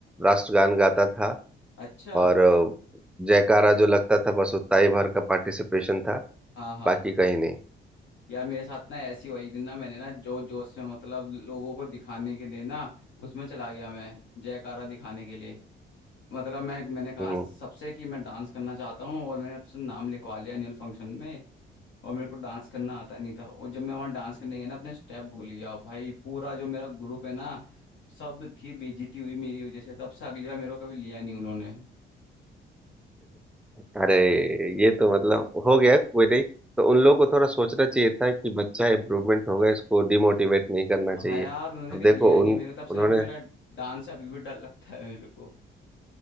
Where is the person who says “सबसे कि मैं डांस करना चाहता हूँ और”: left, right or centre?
Left